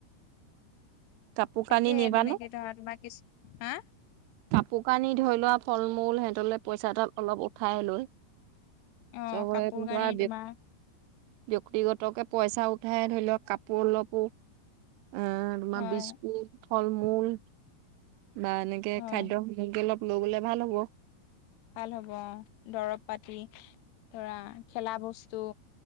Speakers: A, on the right; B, on the left.
A: কাপোৰ কানি
B: তাকে
A: নিবানে?
B: তেনেকে ধৰা তোমাৰ কিচো হা
A: কাপোৰ কানি ধৰি লোৱা ফল মূল সিহঁতলে পইচা এটা অলপ ঠাই লৈ,
B: অ
A: চবৰে
B: কাপোৰ
A: ধৰা।
B: কানি তোমাৰ
A: ব্যক্তিগতকে পইচা উঠাই ধৰি লওঁক, কাপোৰ অলপো আ তোমাৰ
B: হয়
A: বিস্কুট, ফল মূল বা এনেকে
B: হয়
A: খাদ্য এনেকে অলপ লৈ গ'লে ভাল হ'ব।
B: ভাল হ'ব দৰব পাতি ধৰা খেলা বস্তু।